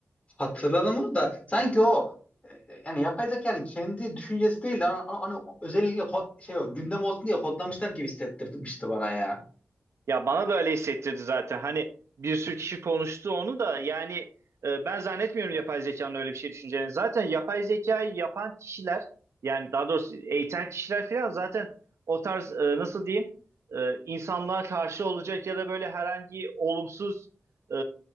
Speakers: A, on the left; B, on the right.
A: hatırladım onu da sanki o e, e, yani yapay zekanın kendi düşüncesi değil de hani, hani özellikle ko- şey o gündem olsun diye kodlamışlar gibi hissettirmişti bana ya.
B: Ya bana da öyle hissettirdi zaten. Hani bir sürü kişi konuştu onu da yani e, ben zannetmiyorum yapay zekanın öyle bir şey düşüneceğini. Zaten yapay zekayı yapan kişiler yani daha doğrusu eğiten kişiler falan zaten o tarz e, nasıl diyeyim e, insanlığa karşı olacak ya da böyle herhangi olumsuz e,